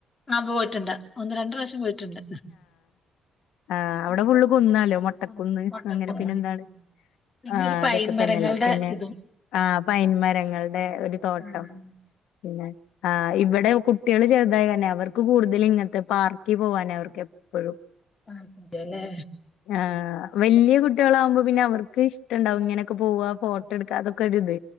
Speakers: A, on the left; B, on the left.
A: ആ പോയിട്ടുണ്ട് ഒന്ന് രണ്ട് പ്രാവശ്യം പോയിട്ടുണ്ട്
B: ആ അവിടെ
A: ഉം.
B: ഫുള്ള് കുന്നാലോ മുട്ടക്കുന്ന്
A: കുന്ന് കോട്ടക്കുന്ന്.
B: അങ്ങനെ പിന്നെ എന്താണ്
A: ഉം. പിന്നെ
B: ആ
A: ഒരു പൈൻ
B: അതൊക്കെ
A: മരങ്ങളുടെ
B: തന്നെല്ലേ പിന്നെ
A: ഇതും
B: ആ പൈൻ മരങ്ങളുടെ ഒരു തോട്ടം
A: ആഹ്
B: പിന്നെ ആ ഇവിടെ കുട്ടികള് ചെറുതായി തന്നെ അവർക്ക് കൂടുതൽ ഇങ്ങത്തെ പാർക്കിൽ പോവാനെ അവർക്ക് എപ്പോഴും
A: ആ <unintelligible> ല്ലേ
B: ആഹ് വലിയ കുട്ടികളാകുമ്പോൾ പിന്നെ അവർക്ക് ഇഷ്ടുണ്ടാവും ഇങ്ങനെയൊക്കെ പോവ ഫോട്ടോ എടുക്കുക അതൊക്കെ ഒരിത്